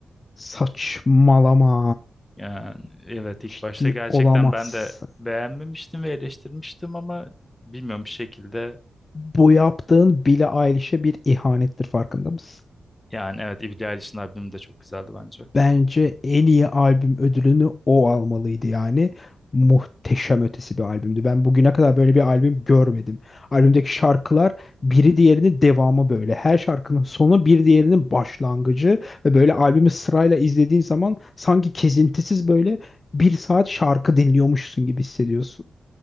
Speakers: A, on the left; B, on the left.
A: Saçmalama.
B: Yani evet ilk
A: Ciddi
B: başta gerçekten
A: olamazsın.
B: ben de beğenmemiştim ve eleştirmiştim ama bilmiyorum bir şekilde
A: Bu yaptığın Billie Eilish'e bir ihanettir farkında mısın?
B: yani evet Billie Eilish'in albümü de çok güzeldi bence.
A: Bence en iyi albüm ödülünü o almalıydı yani. Muhteşem ötesi bir albümdü. Ben bugüne kadar böyle bir albüm görmedim. Albümdeki şarkılar biri diğerinin devamı böyle. Her şarkının sonu bir diğerinin başlangıcı ve böyle albümü sırayla izlediğin zaman sanki kesintisiz böyle bir saat şarkı dinliyormuşsun gibi hissediyorsun.